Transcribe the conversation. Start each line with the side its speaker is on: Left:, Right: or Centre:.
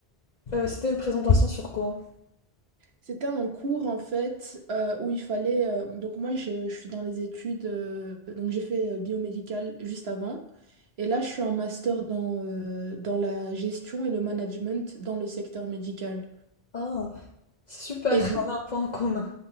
Left: Euh, c'était une présentation sur quoi?
Right: C'était un cours en fait euh, où il fallait. euh, donc moi je, je suis dans les études, euh, donc j'ai fait euh, biomédical juste avant. Et là je suis en master dans, euh, dans la gestion et le management dans le secteur médical.
Left: Ah, C'est super,
Right: Et
Left: <laughs>
Right: du...
Left: on a un point en commun.